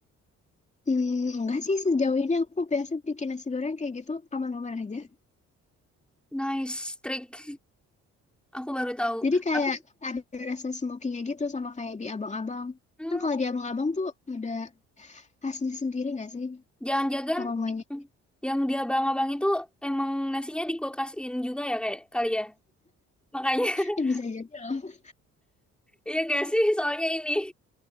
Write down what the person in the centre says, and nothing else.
Nice trick. Aku baru tahu.
Tapi
Hmm,
jangan-jangan
yang dia abang-abang itu emang nasinya di kulkasin juga ya kayak kali ya. Makanya <laughs>
iya gak sih soalnya ini